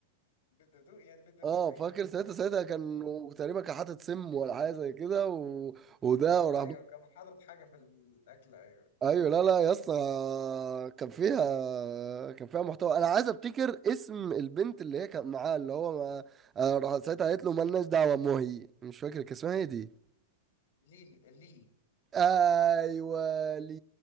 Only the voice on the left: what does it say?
بالدقدوق يعني بالدقدوق
<laughs>
ايوه كان حاطط حاجه في الاكل ايوه
ليه ليه